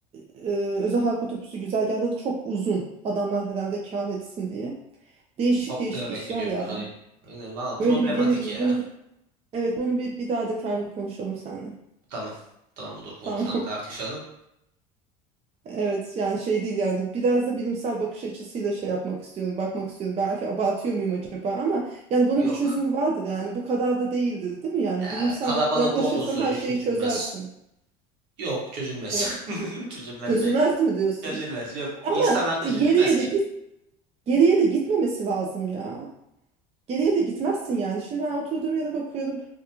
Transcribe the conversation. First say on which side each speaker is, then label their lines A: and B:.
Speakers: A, on the right; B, on the right.
A: e, e, özel halk otobüsü güzergahları çok uzun. Adamlar herhalde kâr etsin diye. Değişik
B: Toplayarak
A: değişik işler
B: gidiyorlar
A: ya.
B: aynen. Aynen valla problematik
A: Böyle bir gelelim
B: ya.
A: bunu. Evet bunu bir, bir daha detaylı konuşalım seninle.
B: Tamam. Tamam olur konuşalım
A: Tamam.
B: tartışalım.
A: <laughs> Evet yani şey değil yani biraz da bilimsel bakış açısıyla şey yapmak istiyorum, bakmak istiyorum. Belki abartıyor muyum acaba ama yani bunun
B: Yok
A: bir çözümü vardır yani bu kadar da değildir değil mi? Yani
B: ya
A: bilimsel
B: kalabalık
A: yaklaşırsan
B: olduğu sürece
A: her şeyi
B: çözülmez.
A: çözersin.
B: Yok çözülmez.
A: Kala-
B: <laughs> Çözülmez
A: Çözülmez
B: belki.
A: mi diyorsun?
B: Çözülmez yok.
A: Ama
B: İnsan hakları
A: bir geriye
B: çözülmez ki.
A: de git geriye de gitmemesi lazım ya. Geriye de gitmezsin yani. Şimdi ben oturduğum yere bakıyorum.